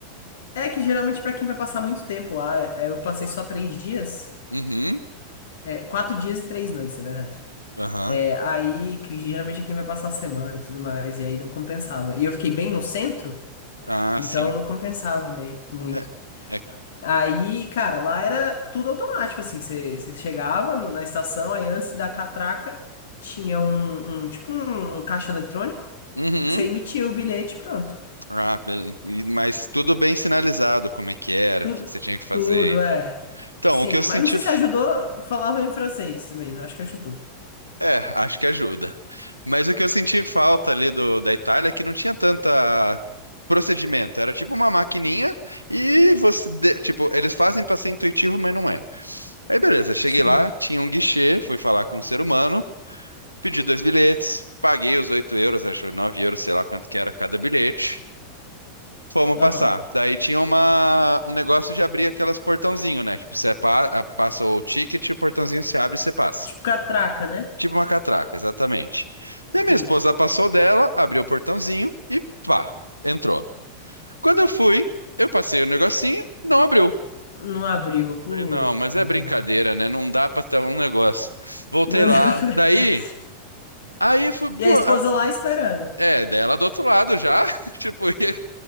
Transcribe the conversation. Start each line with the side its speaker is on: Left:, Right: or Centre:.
Left: é que geralmente pra quem vai passar muito tempo lá, é, eu passei só três dias,
Right: Uhum,
Left: é, quatro dias e três noites, na verdade.
Right: aham.
Left: É, aí que geralmente é quem vai passar a semana e tudo mais, e aí não compensava. E eu fiquei bem no centro,
Right: Ah,
Left: então
Right: sim.
Left: não compensava bem, muito.
Right: É, é-
Left: Aí, cara, lá era tudo automático, assim. Você você chegava no- na estação, aí antes da catraca tinha um, um- tipo um, um caixa eletrônico
Right: uhum.
Left: que você emitia o bilhete, e pronto.
Right: Ah, beleza. Mas tudo bem sinalizado, como é que era,
Left: Tudo,
Right: o que que você tinha que fazer
Left: tudo,
Right: e
Left: é.
Right: tal. Então,
Left: Sim,
Right: o que eu senti.
Left: mas não sei se ajudou, eu falava em francês também, acho que ajudou.
Right: É, acho que ajuda. Mas o que eu senti falta ali do, da Itália é que não tinha tanta procedimento. Era tipo uma maquininha e você, de- tipo, eles fazem pra ser intuitivo, mas não é. Aí beleza, cheguei
Left: Sim,
Right: lá, tinha um guichê, fui falar com um ser humano, pedi dois bilhetes, paguei os 8 euros, acho 9 euros, sei lá quanto que era cada bilhete. Fomos
Left: aham.
Right: passar. Daí tinha uma, um negócio de abrir aquelas portãozinho, né? Tipo, você pa- passa o ticket, o portãozinho se abre e você passa.
Left: Tipo catraca, né?
Right: Tipo uma catraca, exatamente. Daí minha
Left: Sim.
Right: esposa passou dela, abriu o portãozinho e pá, entrou. Quando eu fui, eu passei o negocinho, não abriu.
Left: Não abriu, puta
Right: Falei, não, mas é brincadeira,
Left: merda.
Right: né? Não dá pra ter um negócio. Voltei
Left: Não dá
Right: lá.
Left: pra- <laughs>
Right: Daí, aí eu fui,
Left: E
Right: pô,
Left: a esposa
Right: a-
Left: lá esperando.
Right: é, dela do outro lado já. <laughs> Tipo, ia